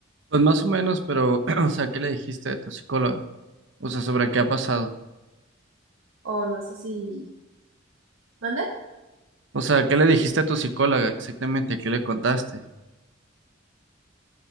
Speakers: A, on the right (about 65°); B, on the right (about 80°).
A: Pues más o menos, pero, <clears throat> o sea, ¿qué le dijiste a tu psicóloga? O sea, sobre qué ha pasado.
B: o no sé si, ¿mande?
A: O sea, ¿qué le dijiste a tu psicóloga exactamente? ¿Qué le contaste?